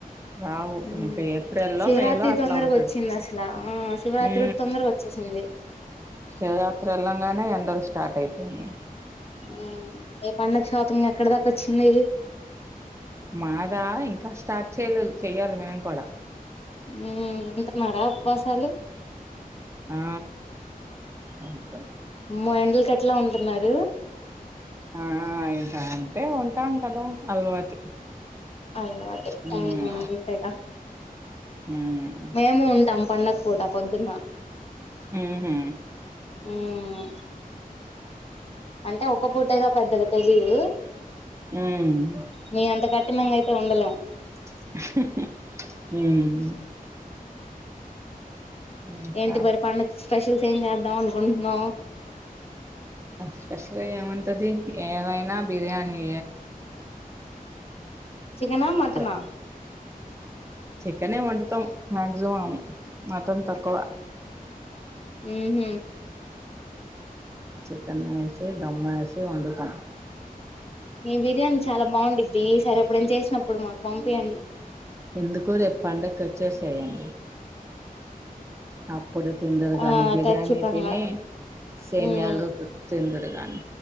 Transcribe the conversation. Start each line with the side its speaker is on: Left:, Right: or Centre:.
Right: రావు
Left: ఉమ్
Right: ఇంకా ఏప్రిల్లో
Left: శివరాత్రి
Right: మే లో అట్లా
Left: తొందరగా
Right: ఉంటది
Left: వచ్చింది అసలు ఆ శివరాత్రి
Right: ఊ
Left: కూడా తొందరగా వచ్చేసింది
Right: శివరాత్రి వెళ్ళంగానే ఎండలు స్టార్ట్ ఐ పోనే
Left: ఊ ఏ పండగ షాపింగ్ ఎక్కడ దాక వచ్చింది
Right: మాదా ఇంకా స్టార్ట్ చెయ్యలేదు చెయ్యాలి మేము కూడా
Left: ఊ ఉంటున్నారా ఉపవాస్ హలో
Right: ఆ ఔను
Left: మ్మో ఎండలు కట్ ట్లా ఉంటున్నారు
Right: ఆ ఇంక అంతే ఉంటాం కదా అలవాటు
Left: అలవాటు
Right: హ్మ్.
Left: అవునవును అంతేగా
Right: హ్మ్.
Left: మేమూ ఉంటాం పండక్ పూట పొద్దున్న
Right: ఊహూ
Left: ఉమ్ అంటే ఒక్క పూటేగా పెద్దగా తెలిదు
Right: హ్మ్.
Left: మీ అంత కఠినంగా అయి టే ఉండలేం
Right: హ ఇంకా
Left: ఏంటి పరి ప స్పెషల్ సేంజ అ లామనుకుంటన్నా
Right: స్పెషల్ గా ఏముంటది ఏదైనా బిర్యానీ
Left: చికెనా మటనా
Right: సరే చికెనే వండుతాం మాక్సిమమ్ మతం తక్కువ
Left: ఆ హ
Right: చికెన్ వేసి దమ్ వేసి వంతం
Left: మీ బిర్యానీ చాలా బాగుంద్ది ఈ సరే ఇప్పుడు ఏం చేసినప్పుడు మాకు పంపియండి
Right: ఎందుకరు ఎప్పండక్క వచ్చ చేయండి అప్పుడు తిందరు కానీ
Left: ఆ
Right: బిర్యానీ
Left: ఖచ్చితంగా
Right: తిని సేమయాలు
Left: ఉమ్
Right: తిందరు కానీ